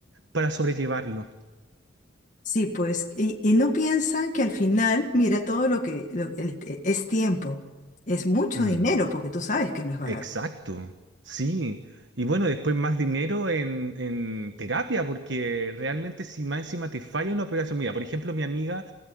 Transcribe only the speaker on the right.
para sobrellevarlo.
Mm,
exacto, sí. Y bueno, después más dinero en, en terapia, porque realmente si más encima te falla una operación, mira, por ejemplo, mi amiga...